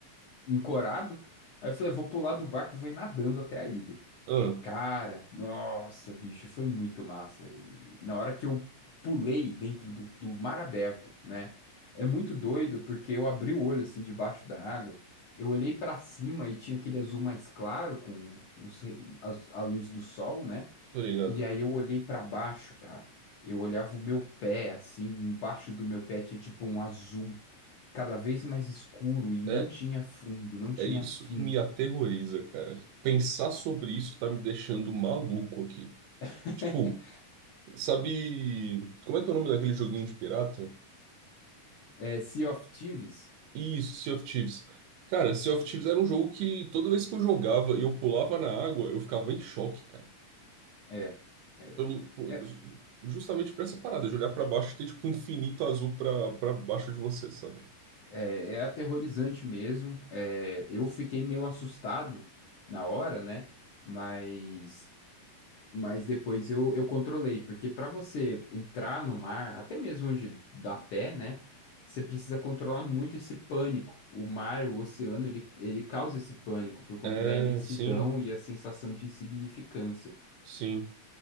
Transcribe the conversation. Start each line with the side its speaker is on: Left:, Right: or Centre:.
Left: encorado. Aí eu falei, vou pular do barco, vou ir nadando até a ilha.
Right: Ah,
Left: Cara, nossa, bicho, foi muito massa. E na hora que eu pulei dentro do, do mar aberto, né? É muito doido porque eu abri o olho assim debaixo da água. Eu olhei pra cima e tinha aquele azul mais claro com os, re- as- a, luz do sol, né?
Right: tô ligado.
Left: E aí eu olhei pra baixo, cara. Eu olhava o meu pé assim, embaixo do meu pé tinha tipo um azul cada vez mais escuro e
Right: É,
Left: não tinha fundo, não tinha
Right: é isso
Left: fim.
Right: que me aterroriza, cara. Pensar sobre isso tá me deixando maluco aqui.
Left: <laughs>
Right: Tipo, Sabe, como é que é o nome daquele joguinho de pirata?
Left: É Sea of Thieves.
Right: Isso, Sea of Thieves. Cara, Sea of Thieves era um jogo que toda vez que eu jogava e eu pulava na água, eu ficava em choque, cara.
Left: É, é,
Right: Pelo, por-
Left: é,
Right: justamente por essa parada, de olhar pra baixo e ter tipo um infinito azul pra, pra baixo de você, sabe?
Left: é, é aterrorizante mesmo. É, eu fiquei meio assustado na hora, né? Mas, mas depois eu, eu controlei, porque para você entrar no mar, até mesmo onde dá pé, né? Você precisa controlar muito esse pânico. O mar, o oceano, ele, ele causa esse pânico por conta
Right: É,
Left: da imensidão
Right: sim,
Left: e a sensação de insignificância.
Right: sim.